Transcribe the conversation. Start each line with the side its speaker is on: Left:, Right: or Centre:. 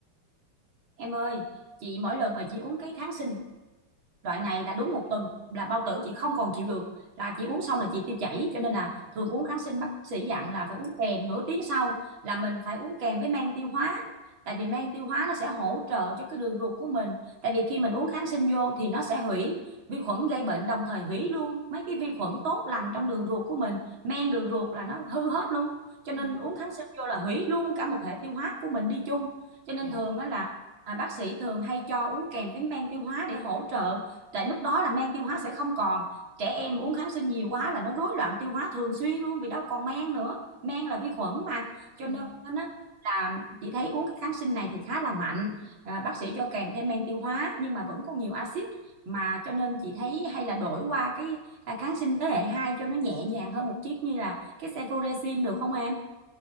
Right: Em ơi, chị mỗi lần mà chị uống cái kháng sinh loại này là đúng một tuần là bao tử chị không còn chịu được là chị uống xong là chị tiêu chảy cho nên là thường uống kháng sinh bác sĩ dặn là phải uống kèm nửa tiếng sau là mình phải uống kèm với men tiêu hóa tại vì men tiêu hóa nó sẽ hỗ trợ cho cái đường ruột của mình tại vì khi mình uống kháng sinh vô thì nó sẽ hủy vi khuẩn gây bệnh đồng thời hủy luôn mấy cái vi khuẩn tốt lành trong đường ruột của mình men đường ruột là nó hư hết luôn cho
Left: Dạ,
Right: nên uống kháng sinh vô là hủy luôn cả một hệ tiêu hóa của mình đi chung cho nên
Left: dạ,
Right: thường á là à, bác sĩ thường hay cho uống kèm với men tiêu hóa để hỗ trợ tại lúc đó là men tiêu hóa sẽ không còn trẻ em uống kháng sinh nhiều quá là nó rối loạn tiêu hóa thường xuyên luôn vì đâu còn men nữa men là vi khuẩn mà cho
Left: dạ.
Right: nên á là chị thấy uống cái kháng sinh này thì khá là mạnh à, bác sĩ cho kèm thêm men tiêu hóa nhưng mà vẫn còn nhiều axit mà cho nên chị thấy hay là đổi qua cái à, kháng sinh thế hệ 2 cho nó nhẹ nhàng hơn một chút như là cái cefuroxim được không em